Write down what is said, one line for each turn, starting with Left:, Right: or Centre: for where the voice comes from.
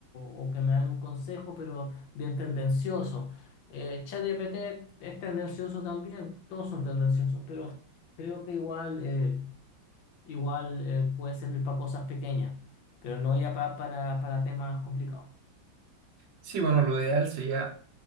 Left: o que me dan un consejo, pero bien tendencioso. Eh, ChatGPT es tendencioso también, todos son tendenciosos, pero creo que igual, eh, igual eh, puede servir para cosas pequeñas, pero no ya pa- para, para temas complicados.
Right: Sí, bueno, lo ideal sería